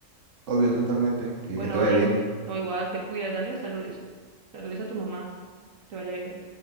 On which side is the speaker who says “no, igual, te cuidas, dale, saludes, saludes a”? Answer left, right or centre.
Right